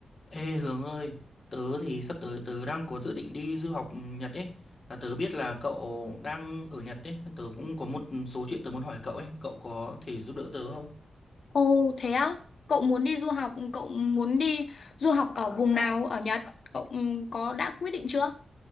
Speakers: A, on the left (about 30°); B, on the left (about 55°).
A: Ê Hướng ơi, tớ thì sắp tới tớ đang có dự định đi du học Nhật ấy. Và tớ biết là cậu đang ở Nhật ấy, nên tớ cũng có một số chuyện tớ muốn hỏi cậu ấy, cậu có thể giúp đỡ tớ không?
B: Ồ thế á, cậu muốn đi du học, cậu muốn đi du học ở vùng nào ở Nhật? Cậu ừ, có đã quyết định chưa?